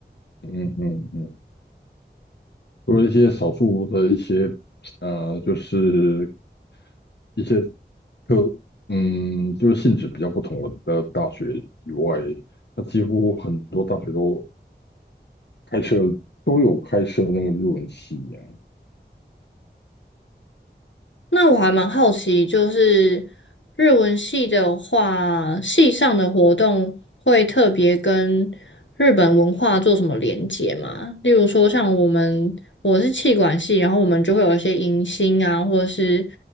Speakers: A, on the left; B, on the left.
A: 嗯嗯嗯，除了一些少数的一些呃，就是一些课，嗯，就是性质比较不同的大学以外，那几乎很多大学都开设都有开设那个日文系啊，
B: 那我还蛮好奇，就是日文系的话，系上的活动会特别跟日本文化做什么连接吗？例如说，像我们我是气管系，然后我们就会有一些迎新啊，或者是